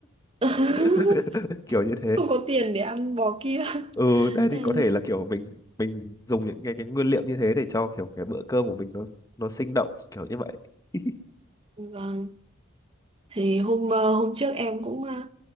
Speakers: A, on the right; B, on the left.
A: <laughs>
B: <laughs> kiểu như thế
A: Không có tiền để ăn bò kia. <laughs>
B: ừ đấy
A: Ừ,
B: thì có thể là kiểu mình mình dùng những cái cái nguyên liệu như thế để cho kiểu cái bữa cơm của mình nó nó sinh động kiểu như vậy <laughs>
A: Vâng. Thì hôm ờ, hôm trước em cũng ờ,